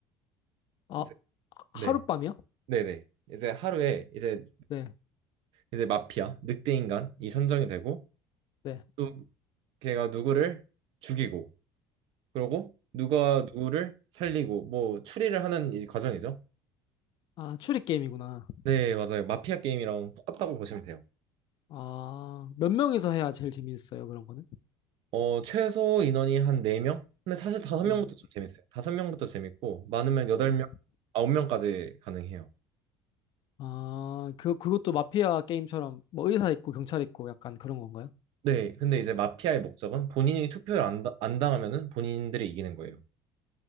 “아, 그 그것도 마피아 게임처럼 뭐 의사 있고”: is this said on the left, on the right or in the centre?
Left